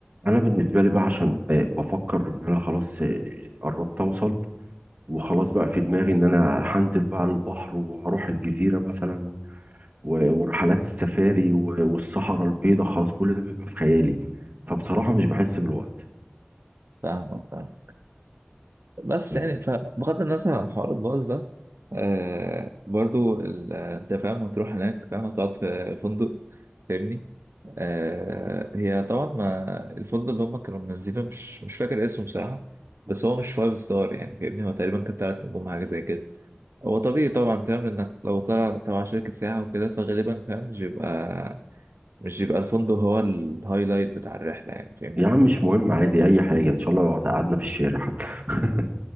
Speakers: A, on the right (about 40°); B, on the right (about 80°).
A: انا بالنسبه لي بقى عشان آه، بفكر ان انا خلاص آه، قربت اوصل وخلاص بقى في دماغي ان انا هنزل بقى البحر وهروح الجزيره مثلا و- ورحلات السفاري و- والصحراء البيضاء خلاص كل ده بيبقى في خيالي فبصراحه مش بحس بالوقت
B: فاهمك فاهم بس
A: آه،
B: يعني فبغض النظر عن حوار الباص ده آه برضو ال- آه، انت فاهم هتروح هناك فاهم هتقعد في فندق فاهمني آه هي طبعا ما الفندق اللي هم كانوا منزلينه مش مش فاكر اسمه بصراحة بس هو مش فايف ستار يعني فاهمني هو تقريبا كان تلات نجوم حاجة زي كده هو طبيعي طبعا فاهم انك لو طلع تبع شركة سياحة وكده فغالبا فاهم مش بيبقى مش بيبقى الفندق هو الهايلايت بتاع الرحلة يعني فاهمني
A: يا عم مش مهم عادي اي حاجه ان شاء الله لو قعدنا في الشارع حتى <laughs>